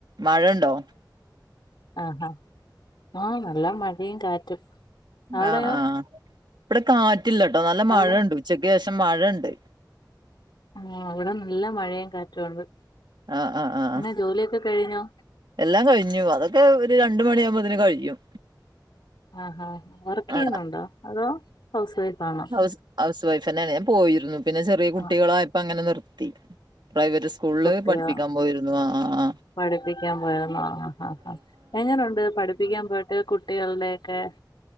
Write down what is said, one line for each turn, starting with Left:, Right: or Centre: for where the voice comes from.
Right: മഴണ്ടോ
Left: ആഹ് ഹാ ആഹ് നല്ല മഴയും കാറ്റും അവിടെയോ
Right: ആഹ് ആഹ് ഇവിടെ കാറ്റില്ലട്ടോ നല്ല മഴയുണ്ട്
Left: അവിടെ
Right: ഉച്ചക്ക് ശേഷം മഴ ഉണ്ട്
Left: ആഹ് അവിടെ നല്ല മഴയും കാറ്റും ആണ്
Right: ആ ആ ആ
Left: എങ്ങനെ ജോലിയൊക്കെ കഴിഞ്ഞോ
Right: എല്ലാം കഴിഞ്ഞു അതൊക്കെ ഒരു രണ്ട് മണിയാകുമ്പോതിന് കഴിയും
Left: ആഹാ വർക്ക് ചെയ്യുന്നുണ്ടോ
Right: ആ
Left: അതോ ഹൗസ് വൈഫ് ആണോ?
Right: ഹൗസ് ഹൗസ് വൈഫ് തന്നെണ് ഞാൻ പോയിരുന്നു പിന്നെ ചെറിയ കുട്ടികളായപ്പോ
Left: ആ
Right: അങ്ങനെ നിർത്തി പ്രൈവറ്റ് സ്കൂളില്-
Left: അതെയോ
Right: പഠിപ്പിക്കാൻ പോയിരുന്നു ആ ആ
Left: പഠിപ്പിക്കാൻ പോയ ണ ആഹ് ആ എങ്ങനെയുണ്ട് പടി- പ്പിക്കാൻ പോയിട്ട് കുട്ടികളുടെയോക്കെ